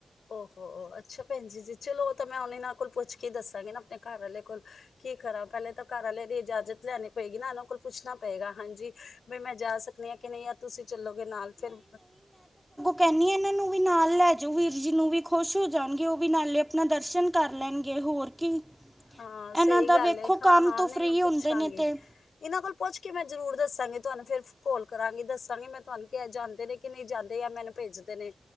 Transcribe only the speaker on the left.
ਓਔ, ਅੱਛਾ ਭੈਣ ਜੀ! ਜੀ ਚਲੋ ਓਹ ਤਾਂ ਮੈਂ ਹੁਨ ਇਨਾਂ ਕੋਲ ਪੁੱਛ ਕੇ ਹੀ ਦੱਸਾਂਗੀ ਨਾਂ, ਆਪਣੇ ਘਰ ਵਾਲੇ ਕੋਲ ਕੀ ਕਰਾਂ? ਪਹਿਲੇ ਤਾ ਘਰ ਆਲੇ ਦੀ ਇਜਾਜਤ ਲੈਣੀ ਪਏਗੀ ਨਾ, ਇਹਨਾਂ ਕੋਲੋ ਪੁੱਛਣਾ ਪਏਗਾ ਹਾਂਜੀ ਬਈ ਮੈਂ ਜਾ ਸਕਨੀਂ ਆ ਕਿ, ਨਹੀਂ? ਯਾ ਤੁਸੀ ਚੱਲੋਗੇ ਨਾਲ ਫਿਰ
ਹਾਂ!
ਸਹੀ
ਗੱਲ
ਏ, ਹਾਂ!
ਹਾਂ!
ਨਹੀਂ,
ਮੈਂ ਪੁੱਛਾਂਗੀ
ਇਹਨਾਂ ਕੋਲੋ ਪੁੱਛ ਕੇ, ਮੈਂ ਜੁਰੂਰ ਦੱਸਾਂਗੀ ਤੁਹਾਨੂੰ ਫਿਰ ਫ ਕੋਲ ਕਰਾਂਗੀ, ਦੱਸਾਂਗੀ ਮੈਂ ਤੁਹਾਨੂੰ, ਕੀ ਇਹ ਜਾਂਦੇ ਨੇਂ ਕੀ ਕਿ ਨਹੀਂ ਜਾਂਦੇ, ਜਾ ਮੈਨੂੰ ਭੇਜਦੇ ਨੇ